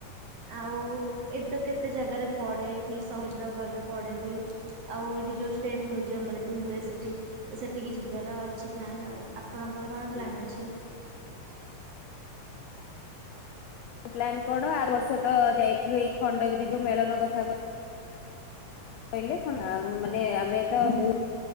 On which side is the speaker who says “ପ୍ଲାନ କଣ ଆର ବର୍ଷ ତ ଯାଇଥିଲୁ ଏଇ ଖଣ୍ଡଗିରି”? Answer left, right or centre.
Left